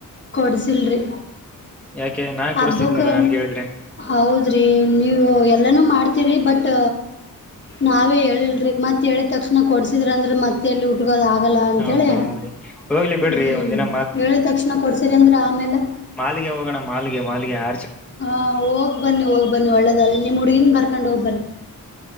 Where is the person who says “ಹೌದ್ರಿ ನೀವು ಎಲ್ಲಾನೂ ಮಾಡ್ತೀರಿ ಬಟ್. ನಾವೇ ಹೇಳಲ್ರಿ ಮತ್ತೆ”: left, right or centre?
Left